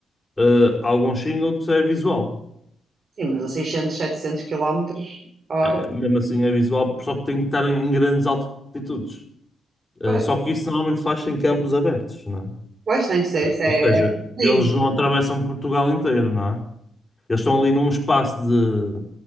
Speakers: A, on the left; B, on the right.
A: Ah, alguns sim, outros é visual.
B: Sim, mas a 600, 700 quilómetros hora.
A: Ah, mesmo assim é visual, só que tem que estar em em grandes altitudes. Ah,
B: Pois,
A: só que isso normalmente faz em campos abertos, não é?
B: pois, tem que ser, isso é
A: Ou seja,
B: aeromodelismo,
A: eles não atravessam Portugal inteiro, não é? Eles estão ali num espaço de,